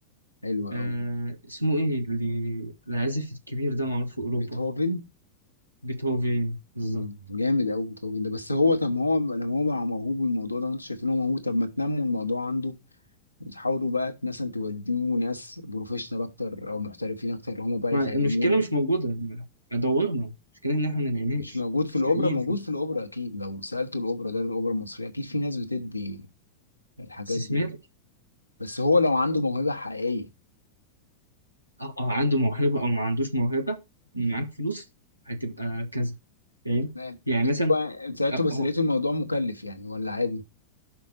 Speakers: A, on the left; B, on the right.
A: حلو أوي
B: آه اسمه إيه اللي العازف الكبير ده معروف في أوروبا
A: بيتهوفن
B: بيتهوفن بالظبط
A: مم. جامد أوي بيتهوفن ده بس هو طب ما هو لما هو بقى موهوب بالموضوع ده وأنتوا شايفين هو موهوب طب ما تنموا الموضوع عنده وتحاولوا بقى مثلا توديه ناس بروفيشنال أكتر أو محترفين أكتر هم بقى
B: ما-
A: يفهموه
B: المشكلة مش موجودة دورنا المشكلة إن إحنا ملاقيناش
A: مش موجود في
B: مش
A: الأوبرا
B: لاقيين
A: موجود
B: ف-
A: في الأوبرا أكيد لو سألتوا الأوبرا ده الأوبرا المصرية أكيد في ناس بتدي الحاجات
B: استثمار
A: دي بس هو لو عنده موهبة حقيقية
B: أو أو عنده موهبة أو ما عندوش موهبة
A: مم.
B: معاك فلوس هتبقى كذا فاهم
A: تمام
B: يعني
A: بس
B: مثلا
A: هو- سألته
B: آه،
A: بس
B: آه،
A: لقيته الموضوع مكلف يعني ولا عادي